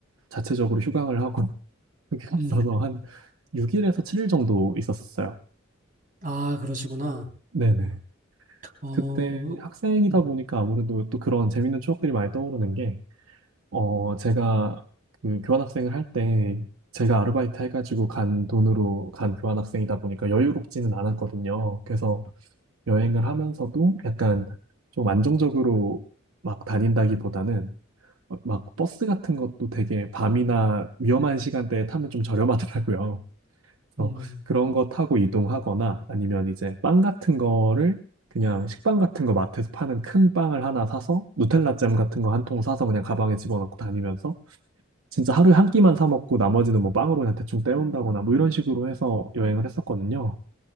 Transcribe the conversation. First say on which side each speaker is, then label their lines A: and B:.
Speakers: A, on the right; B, on the right.
A: 자체적으로 휴강을 하고 <laughs> 그게
B: 음,
A: 없어서 한 6일에서 7일 정도 있었어요.
B: 아, 그러시구나.
A: 네네.
B: 어,
A: 그때 학생이다
B: 음,
A: 보니까 아무래도 또 그런 재밌는 추억들이 많이 떠오르는 게, 어, 제가 그 교환학생을 할 때, 제가 아르바이트 해가지고 간 돈으로 간 교환학생이다 보니까 여유롭지는 않았거든요. 그래서 여행을 하면서도 약간 좀 안정적으로 막 다닌다기보다는 막 버스 같은 것도 되게 밤이나 위험한 시간대에 타면 좀 저렴하더라고요. 그래서
B: 음,
A: 그런 거 타고 이동하거나 아니면 이제 빵 같은 거를 그냥 식빵 같은 거 마트에서 파는 큰 빵을 하나 사서 누텔라 잼 같은 거 한 통 사서 그냥 가방에 집어넣고 다니면서 진짜 하루에 한 끼만 사 먹고 나머지는 뭐 빵으로 그냥 대충 때운다거나 뭐 이런 식으로 해서 여행을 했었거든요.